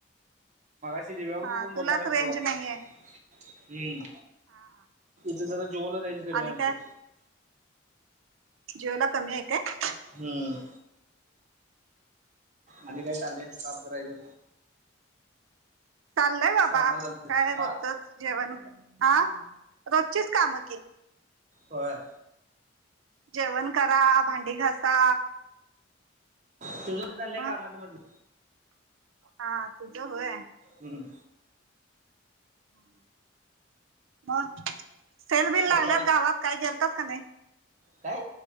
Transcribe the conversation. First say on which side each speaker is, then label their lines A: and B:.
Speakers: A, on the right (about 35°); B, on the right (about 85°).
A: सि पण
B: हा
A: बोलता
B: तुलाच
A: नक
B: रेंज
A: तू वाट
B: नाहीये
A: हम्म.
B: हा.
A: जरा जिओ ला रेंज कमी
B: आणि
A: आमचं.
B: जिओ ला कमी आहे काय?
A: हम्म. आणि काय चालेय काम करायचं.
B: चाललय बाबा
A: कामाला आलोय.
B: काय
A: हा
B: रोजचच जेवण हा रोजचीच कामं की.
A: होय.
B: जेवण करा भांडी घासा.
A: तुझ चाललंय
B: मग
A: कामाच मध्ये.
B: हा तुझ होय.
A: हमं.
B: <inaudible> म सेल विल लागल्यात
A: मग काय
B: गावात काही गेलतात का नाही.
A: काय?